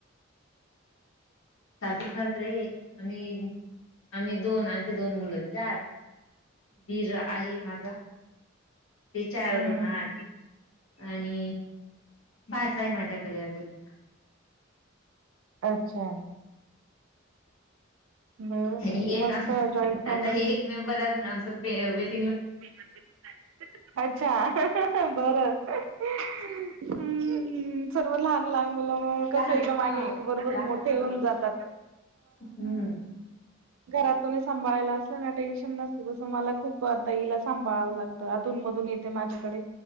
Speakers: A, on the left; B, on the right.
A: सासू सासरे आम्ही -आम्ही दोन आणि दोन मुलं चार धीर आहे माझा विचार
B: हम्म
A: ब ना आणि भाचा आहे माझ्याकडे अजून एक
B: अच्छा बर
A: एक
B: मस्त
A: आ
B: जॉईंट फॅमिली
A: आता ही एक मेंबरातून आमचा <unintelligible>
B: <unintelligible> अच्छा बर <unintelligible> हम्म सर्व लहान लहान मुलं कस
A: लहान
B: एका मागे
A: हा
B: एक बरोबर
A: लहान
B: मोठे होऊन जातात.
A: हम्म.
B: घरात कोणी सांभाळायला असल ना टेन्शन नसतं तसं मला खूप ताईला सांभाळावं लागतं अधून मधून येते माझ्याकडे.